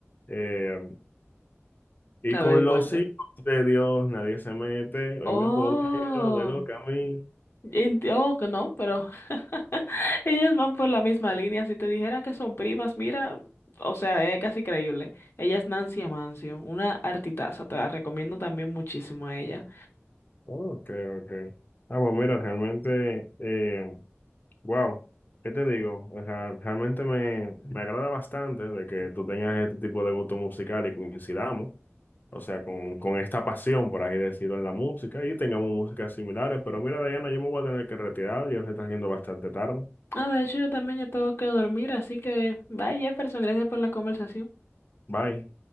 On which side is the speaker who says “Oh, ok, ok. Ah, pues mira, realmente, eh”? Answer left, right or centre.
Left